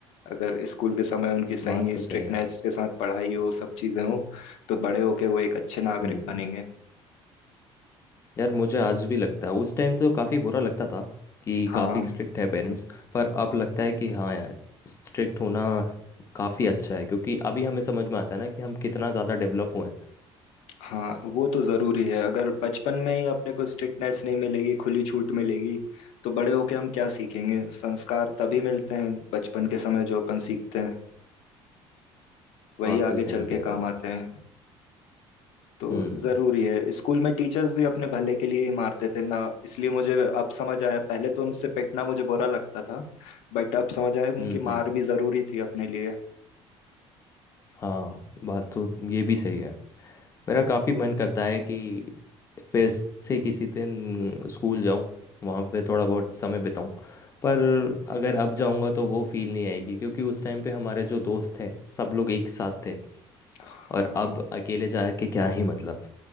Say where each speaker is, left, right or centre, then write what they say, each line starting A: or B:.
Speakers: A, on the left; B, on the left.
A: अगर स्कूल के समय उनकी सही
B: बात तो
A: स्ट्रिक्टनेस
B: सही है
A: के साथ पढ़ाई हो सब चीजें हो तो बड़े होके वो एक अच्छे नागरिक
B: हम्म
A: बनेंगे
B: यार मुझे आज भी लगता है उस टाइम तो काफ़ी बुरा लगता था कि
A: हाँ
B: काफ़ी स्ट्रिक्ट है पेरेंट्स पर अब लगता है कि हाँ यार स्ट्रिक्ट होना काफ़ी अच्छा है क्योंकि अभी हमें समझ में आता है ना कि हम कितना ज़्यादा डेवलप हुए हैं
A: हाँ वो तो जरूरी है अगर बचपन में ही अपने को स्ट्रिक्टनेस नहीं मिलेगी खुली छूट मिलेगी तो बड़े होके हम क्या सीखेंगे संस्कार तभी मिलते हैं बचपन के समय जो अपन सीखते हैं वही
B: बात
A: आगे
B: तो सही
A: चल के
B: कह रहे
A: काम
B: हो
A: आते हैं तो
B: हम्म
A: जरूरी है स्कूल में टीचर्स भी अपने भले के लिए ही मारते थे ना इसलिए मुझे अब समझ आया पहले तो उनसे पिटना मुझे बुरा लगता था बट अब समझ आया उनकी
B: हम्म हम्म
A: मार भी जरूरी थी अपने लिए
B: हाँ बात तो ये भी सही है मेरा काफ़ी मन करता है कि फिर से किसी दिन स्कूल जाऊं वहाँ पे थोड़ा बहुत समय बिताऊं पर अगर अब जाऊंगा तो वो फील नहीं आएगी क्योंकि उस टाइम पे हमारे जो दोस्त थे सब लोग एक साथ थे
A: हाँ
B: और अब अकेले जाके क्या ही मतलब